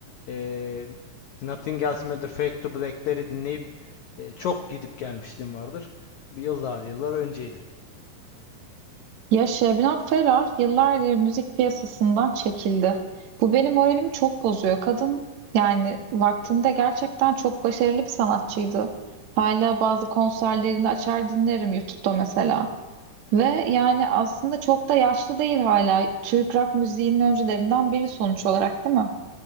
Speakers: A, on the left (about 85°); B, on the right (about 60°).
A: E, Nothing Else Matters, Fade to Black'leri dinleyip e, çok gidip gelmişliğim vardır. Tabii yıllar yıllar önceydi.
B: Ya Şebnem Ferah yıllardır müzik piyasasından çekildi. Bu benim moralimi çok bozuyor. Kadın yani vaktinde gerçekten çok başarılı bir sanatçıydı. Hala bazı konserlerini açar dinlerim YouTube'da mesela. Ve yani aslında çok da yaşlı değil hala. Türk rock müziğinin öncülerinden biri sonuç olarak değil mi?